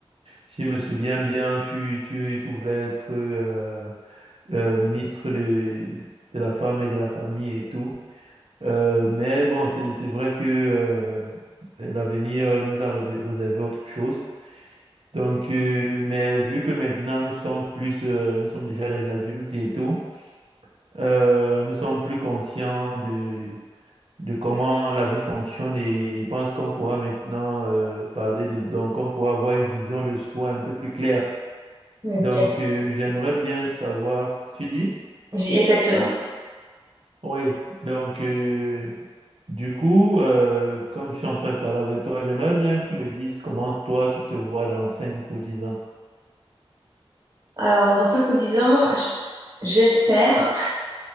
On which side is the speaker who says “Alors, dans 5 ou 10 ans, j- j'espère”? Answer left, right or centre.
Right